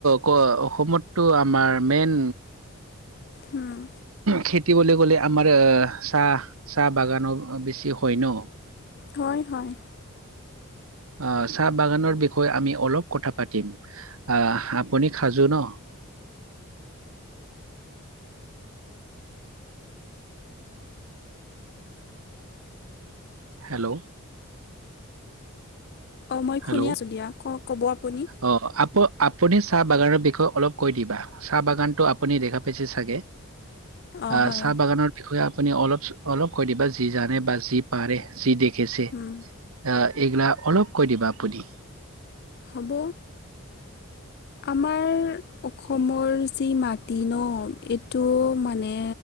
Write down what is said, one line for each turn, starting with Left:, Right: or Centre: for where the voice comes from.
Right: ক অসমতো আমাৰ মেইন
Left: উম।
Right: খেতিবলে গ'লে আমাৰ আহ চাহ, চাহ বাগানো বেছি হয় ন।
Left: হয়, হয়।
Right: অ, চাহ বাগানৰ বিষয়ে আমি অলপ কথা পাতিম আহ আপুনি খাজু ন। হেল্ল'?
Left: অ, মই
Right: হেল্ল'
Left: শুনি আছোঁ দিয়া ক, ক'ব আপুনি?
Right: অ, আপ-আপুনি চাহ বাগানৰ বিষয়ে অলপ কৈ দিবা। চাহ বাগানটো আপুনি দেখা পাইছে চাগে।
Left: অঁ
Right: আহ,
Left: হয়
Right: চাহ বাগানৰ বিষয়ে আপুনি অলপ, অলপ কৈ দিবা যি জানে বা যি পাৰে যি দেখেছে
Left: হুম,
Right: আহ এইগিলা অলপ কৈ দিবা আপুনি।
Left: হ'ব। আমাৰ অসমৰ যি মাটি ন এইটো মানে